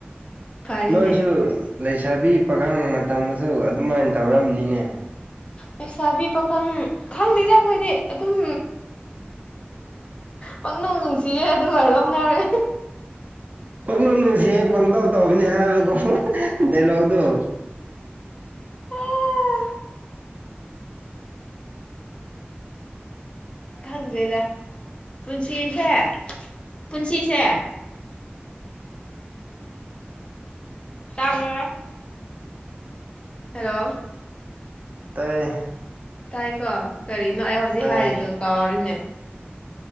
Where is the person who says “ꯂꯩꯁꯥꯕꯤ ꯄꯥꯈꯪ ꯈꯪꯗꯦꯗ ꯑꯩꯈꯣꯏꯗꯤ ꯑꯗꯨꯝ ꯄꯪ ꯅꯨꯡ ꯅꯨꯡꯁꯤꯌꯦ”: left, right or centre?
Left